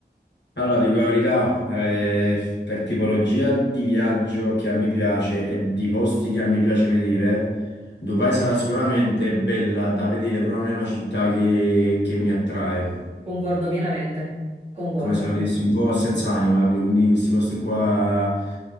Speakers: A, on the left; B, on the right.
A: Allora, dico la verità, eh, per tipologia di viaggio che a me piace e di posti che a me piace vedere, Dubai sarà sicuramente bella da vedere, però non è una città che, che mi attrae,
B: Concordo pienamente, concordo.
A: come se la vedessi un po' senza anima, capito? Quindi questi posti qua